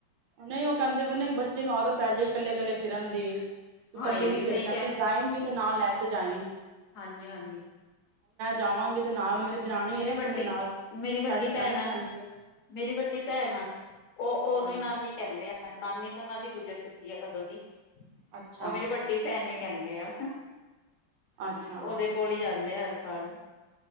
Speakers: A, on the right; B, on the left.
A: ਨਹੀਂ ਉਹ ਕਹਿੰਦੇ ਪਏ ਨੇ ਕੇ, ਬੱਚੇ ਨੂੰ ਆਦਤ ਪੈ ਜਾਏਗੀ ਕੱਲੇ ਕੱਲੇ ਫਿਰਨ ਦੀ ਤੂੰ
B: ਹਾਂ
A: ਕੱਲੀ
B: ਇਹ
A: ਨੀ
B: ਵੀ ਸਹੀ
A: ਭੇਜਣਾ, ਤੂੰ ਜਾਏਗੀ ਤੇ ਨਾ ਲੈ ਕੇ ਜਾਏ।
B: ਹਾਂਜੀ ਹਾਂਜੀ,
A: ਜਾਵਾਂਗੀ ਤੇ ਨਾਲ ਮੇਰੀ ਦਰਾਣੀ
B: ਮੇਰੀ
A: ਹੈ ਨਾ ਇੱਕ
B: ਵੱਡੀ
A: ਮੇਰੇ ਨਾਲ
B: ਮੇਰੀ ਵੱਡੀ
A: ਸਾਡੀ ਜੁਆਇੰਟ
B: ਭੈਣ ਆ
A: ਫੈਮਿਲੀ
B: ਨਾ
A: ਹੈ
B: ਮੇਰੀ ਵੱਡੀ ਭੈਣ ਆ। ਉਹ ਉਹਨੂੰ
A: ਹਾਂਜੀ
B: ਹੀ ਨਾਨੀ ਕਹਿੰਦੇ ਆ। ਨਾਨੀ ਤਾਂ ਉਹਨਾਂ ਦੀ ਗੁਜ਼ਰ ਚੁੱਕੀ ਐ, ਕਦੋਂ ਦੀ।
A: ਅੱਛਾ
B: ਉਹ ਮੇਰੀ ਵੱਡੀ ਭੈਣ ਨੂੰ ਕਹਿੰਦੇ ਆ।
A: ਅੱਛਾ
B: ਉਹਦੇ ਕੋਲ ਹੀ ਜਾਂਦੇ ਆ ਹਰ ਸਾਲ